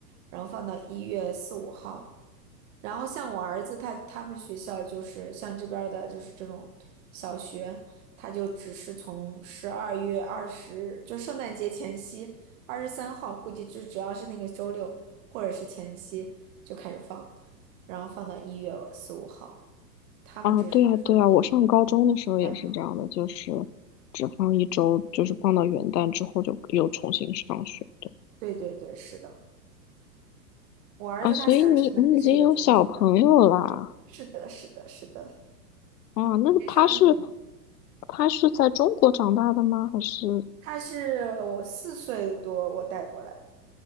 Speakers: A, on the right; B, on the left.
A: 然后放到一月四五号。然后像我儿子他他们学校就是像这边儿的，就是这种小学，他就只是从十二月二十，就圣诞节前夕二十三号，估计就只要是那个周六或者是前夕就开始放，然后放到一月四五号，他们只是只放一嗯两周。
B: 啊，对啊，对啊，我上高中的时候也是这样的，就是只放一周，就是放到元旦之后就又重新上学的
A: 对对对，是的。我儿子他现在上的也是一个天主教。
B: 啊，所以你你已经有小朋友啦，
A: 是的，是的，是的，
B: 啊，那他是
A: 得上一年。
B: 他是在中国长大的吗？还是？
A: 他是我四岁多我带过来的，